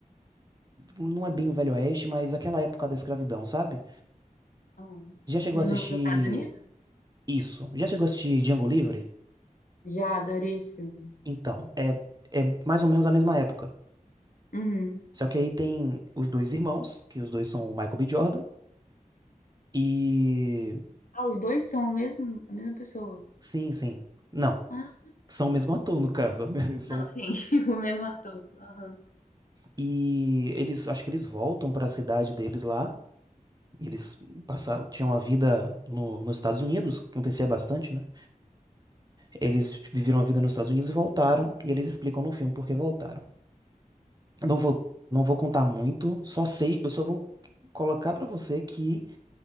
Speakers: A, on the right (about 30°); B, on the left (about 70°).
A: Não é bem o Velho Oeste, mas aquela época da escravidão, sabe?
B: Ah,
A: Já chegou
B: nos
A: a assistir
B: Estados Unidos?
A: isso? Já chegou a assistir Django Livre?
B: Já adorei esse filme.
A: Então, é, é mais ou menos a mesma época.
B: Uhum.
A: Só que aí tem os dois irmãos, que os dois são o Michael B. Jordan, e.
B: Ah, os dois são o mesmo, a mesma pessoa.
A: Sim, sim. Não.
B: Ah,
A: São o mesmo ator, no caso. <laughs> São...
B: Não, sim, <laughs> o mesmo ator. Aham.
A: E eles, acho que eles voltam para a cidade deles lá. Eles passaram, tinham a vida no, nos Estados Unidos, acontecia bastante, né? Eles viveram a vida nos Estados Unidos e voltaram, e eles explicam no filme por que voltaram. Não vou, não vou contar muito, só sei, eu só vou colocar pra você que